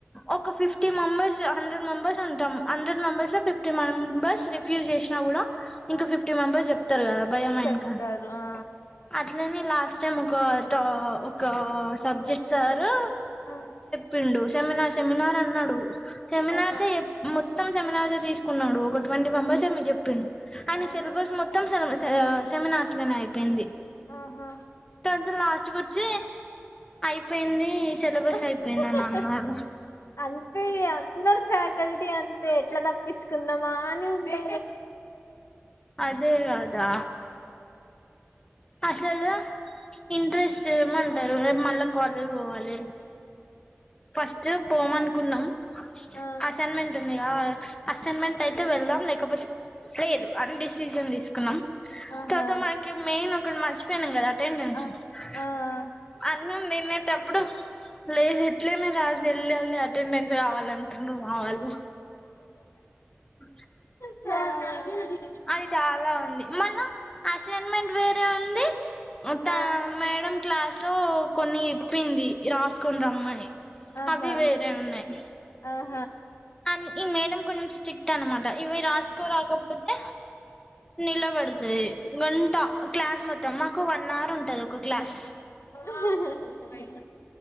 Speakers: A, on the left; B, on the left.
A: ఒక ఫిఫ్టీ మెంబర్స్ హండ్రెడ్ మెంబర్స్ ఉంటాం హండ్రెడ్ మెంబర్స్ లో ఫిఫ్టీ మెం బర్స్ రిఫ్యూజ్ చేసిన కూడా
B: ఆ
A: ఇంకా ఫిఫ్టీ మెంబర్స్ చెప్తారు కదా భయం
B: చెప్తారు
A: ఇంకా అట్
B: ఆ
A: అట్లని లాస్ట్ టైం ఒక ట ఒక. సబ్జెక్ట్
B: చెప్
A: సారు
B: ఆ
A: పిండు సమనా సమనా అన్నాడు సెమినార్స
B: ఆహా
A: ఏ మోథమ్ చెప్ మొత్తం శమినార్ తీసుకున్నాడు ఒక ఇటువంటి మెంబర్స్ ఏ మీరు చెప్పండి ఆయన
B: ఆహా
A: సిలబస్ మొత్తం స ఆ సెమినార్స్ నినా అయిపోయింది
B: ఆహా
A: తంత లాస్ట్ గు చ అయిపోయింది సిలబస్
B: ఆ
A: అయిపో ఎన్న అనాడు
B: అంతే అందరు ఫ్యాకల్టీ అంతే ఎట్లా తప్పించుకుందామా అని ఉంటే
A: అదే కదా అసలు ఇంట్రెస్ట్ ఏమంటారు మళ్ళా కాలేజ పోవాల లే ఫస్ట్ పోమనుకున్నాం
B: ఆ ఆ ఆ
A: అసైన్మెంట్ ఉంది అసైన్మెంట్ అయితే వెళ్దాం లేకపోతే లేదు అని డిసిషన్ తీసు కా
B: ఆహా
A: తతా
B: ఆహా
A: మాకి మేయిన్ ఇక్కడ మర్చిపోయాను కదా <unintelligible>
B: ఆ ఆ ఆ
A: అన్నం నిన్నటప్పుడు లేదు రాసి వెళ్ళి అటెండెన్స్ కావాలంటున్నారు మా వాళ్ళు అ
B: స
A: అది చాలా ఉంది మళ్ళా అసైన్మెంట్ వేరే ఉంది అంతా
B: ఆ
A: మేడం క్లాస్ లో కొన్ని చేప్పింది రాసు కొనీ రమ్మని
B: ఆహా
A: అవి వేరే ఉన్నాయి
B: ఆహా
A: అ ఈ మేడం కొంచెం స్ట్రిక్ట్ అనమాట ఇవి రాసుకో రాకపోతే నిలబడి కొడతది గంట క్లాస్ మొ తమ్మకు వన్ అవర్ ఉంటది ఒక క్లాస్
B: హు హు